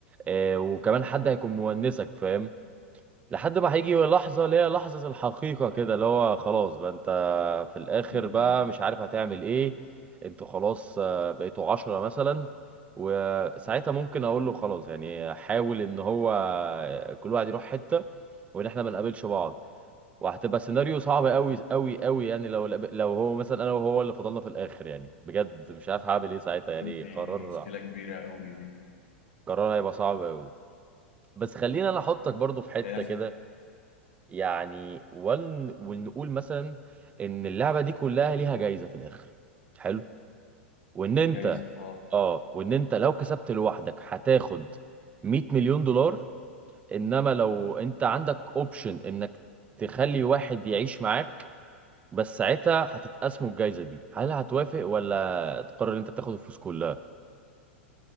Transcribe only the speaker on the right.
آه، وكمان حد هيكون مونسك فاهم لحد ما هيجي لحظة اللي هي لحظة الحقيقة كده اللي هو خلاص بقى انت في الآخر
بقى
مش عارف هتعمل ايه انتوا خلاص آه، بقيتوا عشرة مثلا وساعتها ممكن اقول له خلاص يعني حاول ان هو آه، كل واحد يروح حتة وان احنا ما نقابلش بعض وهتبقى سيناريو صعب قوي قوي قوي يعني لو لو هو مثلا انا وهو اللي فضلنا في الآخر يعني بجد مش عارف هعمل ايه ساعتها يعني
قرار
قرار هيبقى صعب قوي بس خليني انا احطك برضو في حتة
كده يعني ون... ونقول مثلا ان اللعبه دي كلها ليها جايزه في الاخر حلو وان انت
اه وان انت لو كسبت لوحدك هتاخد 100 مليون دولار انما لو انت عندك اوبشن انك تخلي واحد يعيش معاك بس ساعتها هتتقسموا الجايزه دي هل هتوافق ولا تقرر ان انت تاخد الفلوس كلها